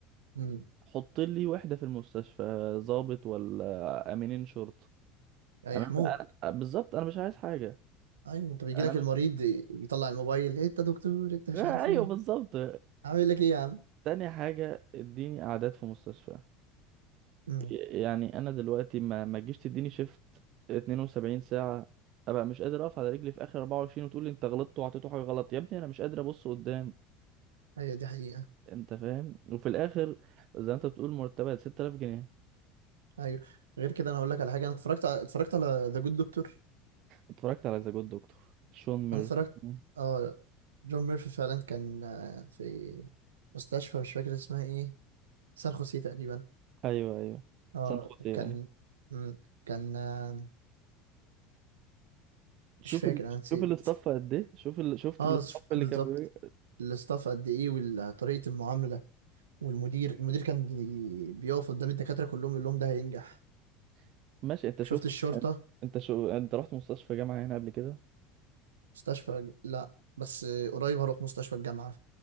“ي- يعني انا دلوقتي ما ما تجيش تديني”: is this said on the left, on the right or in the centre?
Right